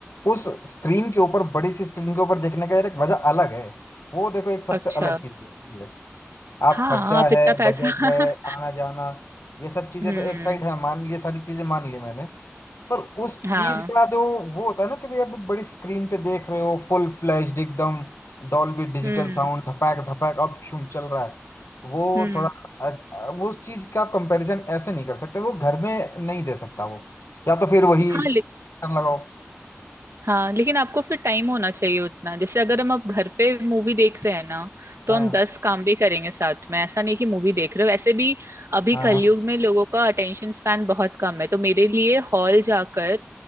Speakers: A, on the left (about 80°); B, on the right (about 75°).
A: उस स्क्रीन के ऊपर बड़ी सी स्क्रीन के ऊपर देखने का यार एक मजा अलग है वो देखो एक सबसे
B: अच्छा
A: अलग चीज रहती है आप
B: हाँ
A: खर्चा
B: आप इतना
A: है
B: पैसा
A: बजट है
B: <laughs>
A: आना जाना ये सब चीजें
B: हम्म
A: तो एक साइड है मान लिए सारी चीजें मान ली मैंने पर उस
B: हाँ
A: चीज का जो वो होता है ना कि भाई अब बड़ी स्क्रीन पे देख रहे हो फुल फ्लैश्ड एकदम डॉल्बी डिजिटल
B: हम्म
A: साउंड धपैक धपैक अब शुम चल रहा है वो
B: हम्म
A: थोड़ा अ- अ- वो उस चीज का कंपैरिजन ऐसे नहीं कर सकते वो घर में नहीं दे सकता वो या तो फिर वही
B: हाँ
A: कर लगाओ
B: हाँ लेकिन आपको फिर टाइम होना चाहिए उतना जैसे अगर हम अब घर पे मूवी देख रहे हैं ना तो
A: हाँ
B: हम दस काम भी करेंगे साथ में ऐसा नहीं कि मूवी देख रहे हो वैसे भी अभी
A: हाँ
B: कलयुग में लोगों का अटेंशन स्पैन बहुत कम है तो मेरे लिए हॉल जाकर